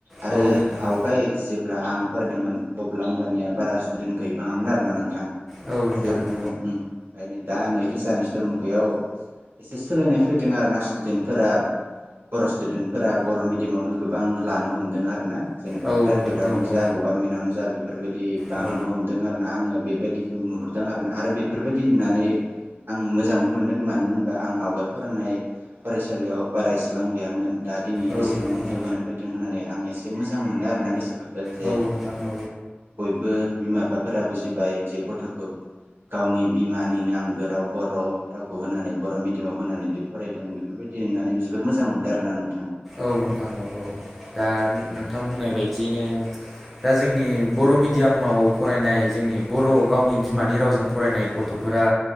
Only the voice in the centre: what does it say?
औ औ नोंथां
औ
औ नोंथां
औ
औ
नोंथां औ
औ
औ
औ
नोंथां
औ
औ नोंथां औ
औ नोंथां औ औ दा नोंथां बुंनाय बायदियैनो दा जोंनि बर' मिडियामाव फरायनाय जोंनि बर' गावनि बिमानि रावजों फरायनाय गथ'फोरा